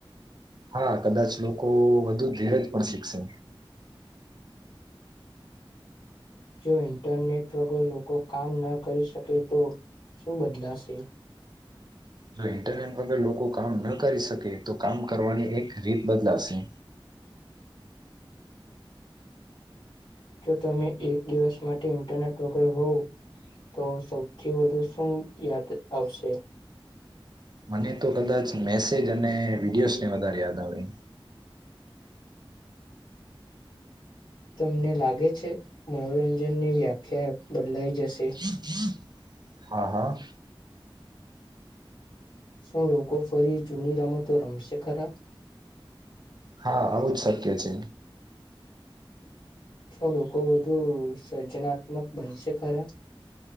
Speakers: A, on the right; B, on the left.
A: હા કદાચ લોકો વધુ ધીરજ પણ શીખશે
B: જો ઈન્ટરનેટ વગર લોકો કામ ન કરી શકે તો શું બદલાશે
A: જો ઇન્ટરનેટ વગર લોકો કામ ન કરી શકે તો કામ કરવાની એક રીત બદલાશે
B: જો તમે એક દિવસ માટે ઇન્ટરનેટ વગર હોવ તો સૌથી વધુ શું યાદ આવશે
A: મને તો કદાચ મેસેજ અને વિડીયોસ ને વધારે યાદ આવે
B: તમને લાગે છે મનોરંજન ની વ્યાખ્યા બદલાઈ જશે
A: <unintelligible> હા હા
B: શું લોકો ફરી જૂની રમતો રમશે ખરા
A: હા આવું જ શક્ય છે
B: શું લોકો વધુ સર્જનાત્મક બનશે ખરા